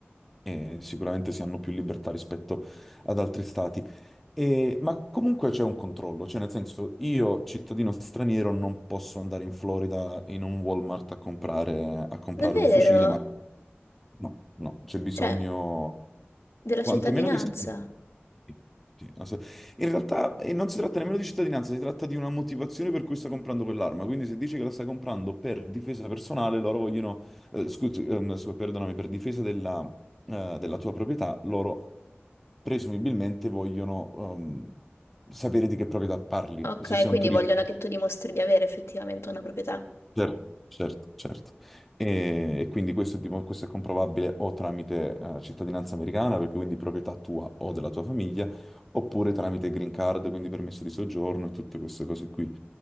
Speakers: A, in the centre; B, on the left.
A: eh, sicuramente si hanno più libertà rispetto ad altri stati. E- ma comunque c'è un controllo, cioè nel senso io, cittadino straniero, non posso andare in Florida in un Walmart a comprare, a comprare
B: Davvero?
A: un fucile, ma no, no, c'è bisogno,
B: Cioè, della
A: quantomeno
B: cittadinanza?
A: che sia... Sì, sì, ass- In realtà eh, non si tratta nemmeno di cittadinanza, si tratta di una motivazione per cui sta comprando quell'arma, quindi se dici che la sta comprando per difesa personale, loro vogliono, eh, scusi, ehm, scusa, perdonami, per difesa della, eh, della tua proprietà, loro presumibilmente vogliono ehm, sapere di che proprietà parli,
B: Ok,
A: se sei
B: quindi
A: un turista.
B: vogliono che tu dimostri di avere effettivamente una proprietà.
A: Certo, certo, certo. E, e quindi questo è, dimo- questo è comprovabile o tramite eh, cittadinanza americana, perché quindi proprietà tua o della tua famiglia, oppure tramite green card, quindi permesso di soggiorno e tutte queste cose qui.